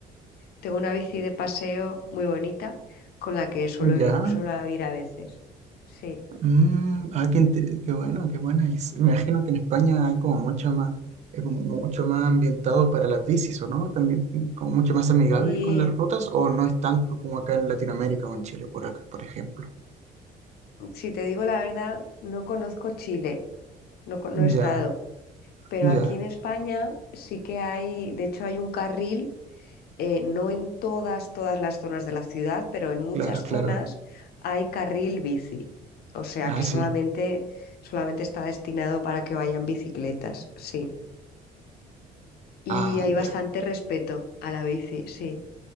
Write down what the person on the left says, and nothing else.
Tengo una bici de paseo muy bonita con la que suelo,
i- suelo ir a veces. Sí.
Y
Si te digo la verdad, no conozco Chile, no, co- no
he estado, pero
aquí en España sí que hay, de hecho hay un carril, eh, no en todas, todas las zonas de la ciudad, pero en muchas
zonas hay carril bici, o sea
que solamente,
solamente está destinado para que vayan bicicletas, sí. Y
hay bastante
respeto a la bici, sí.